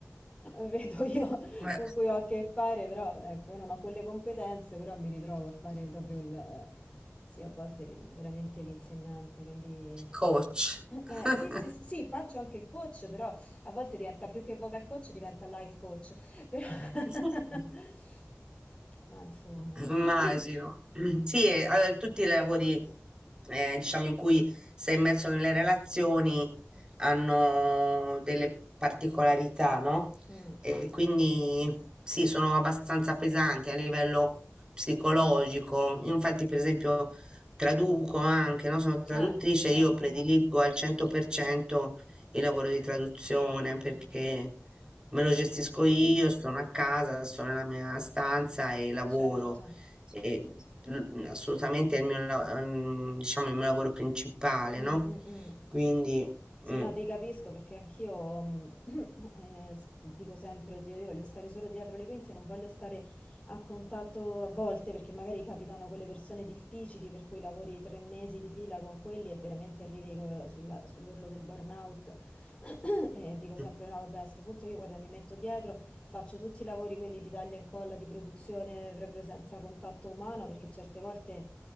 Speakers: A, on the left; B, on the right.
A: <laughs> vedo io
B: Beh,
A: con cui ho a che fare, però ecco, io non ho quelle competenze, però mi ritrovo a fare proprio il, sì, a volte il- veramente l'insegnante, quindi
B: Coach.
A: eh,
B: <laughs>
A: sì, sì, sì, sì, faccio anche il coach, però a volte diventa più che vocal coach, diventa life coach, però...
B: <laughs>
A: <laughs> Ma insomma...
B: Immagino.
A: <clears throat>
B: Sì, e, allora, tutti i lavori, eh, diciamo, in cui sei immerso nelle relazioni hanno delle particolarità, no?
A: Mm.
B: E quindi sì, sono abbastanza pesanti a livello psicologico. Infatti, per esempio, traduco anche, no? Sono traduttrice,
A: Ah, certo.
B: io prediligo al 100% il lavoro di traduzione perché
A: Mm,
B: me lo gestisco io, sono a casa, sono nella mia stanza e lavoro.
A: certo.
B: E, mm, assolutamente è il mio, la- mm, diciamo, il mio lavoro principale,
A: Mm,
B: no?
A: mm, mm.
B: Quindi,
A: Sì,
B: mm,
A: no, ti capisco perché anch'io mm, <clears throat> eh, s- dico sempre, oddio, io voglio stare solo dietro le quinte, non voglio stare a contatto a volte, perché magari capitano quelle persone difficili per cui lavori tre mesi di fila con quelli e veramente arrivi col- sulla- sull'orlo del burnout <clears throat> e dico
B: con
A: sempre no, vabbè, a sto punto io guarda, mi metto dietro, faccio tutti i lavori quelli di taglia e incolla, di produzione proprio senza contatto umano, perché certe volte